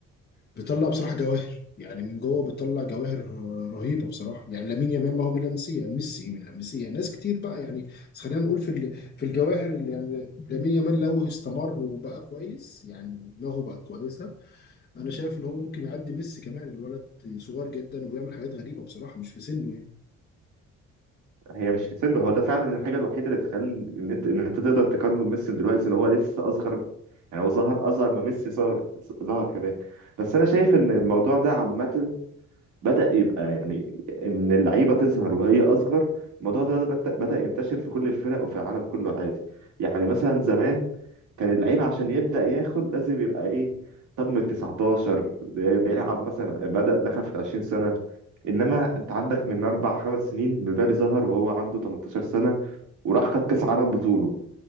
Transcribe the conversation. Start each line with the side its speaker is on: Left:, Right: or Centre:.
Left: بتطلع بصراحه جواهر يعني من جوه بتطلع جواهر رهيبه بصراحه يعني لامين يامال ما هو من اللمسيه ميسي من اللمسيه ناس كتير بقى يعني بس خلينا نقول في ال- في الجواهر اللي يعني لامين يامال لو استمر وبقى كويس يعني دماغه بقى كويسه انا شايف ان هو ممكن يعدي ميسي كمان الولد صغير جدا وبيعمل حاجات غريبه بصراحه مش في سنه يعني
Right: هي مش في سنه هو ده فعلا الحاجة الوحيدة اللي تخلي إن أنت إن أنت تقدر تقارنه بميسي دلوقتي إن هو لسه أصغر يعني هو ظهر أصغر ما ميسي ظهر ظهر كمان بس أنا شايف إن الموضوع ده عامة بدأ يبقى يعني إن اللعيبة تظهر وهي أصغر الموضوع ده بت- بدأ ينتشر في كل الفرق وفي العالم كله عادي يعني مثلا زمان كان اللعيب عشان يبدأ ياخد لازم يبقى إيه طب من 19 ب- بيلعب مثلا بدأ دخل في 20 سنة إنما أنت عندك من أربع خمس سنين مبابي ظهر وهو عنده 18 سنة وراح خد كأس عالم بطوله